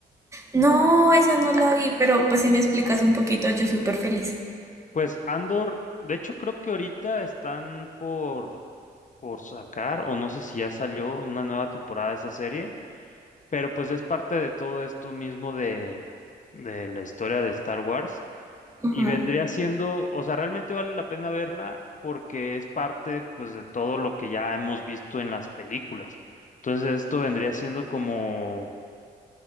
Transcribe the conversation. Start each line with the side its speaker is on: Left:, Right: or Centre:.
Right: No, esa no la vi, pero pues si me explicas un poquito, yo súper feliz.
Left: Pues Andor, de hecho creo que ahorita están por, por sacar, o no sé si ya salió una nueva temporada de esa serie. Pero pues es parte de todo esto mismo de, de la historia de Star Wars
Right: Ajá.
Left: y vendría siendo, o sea, realmente vale la pena verla porque es parte pues de todo lo que ya hemos visto en las películas. Entonces esto vendría siendo como,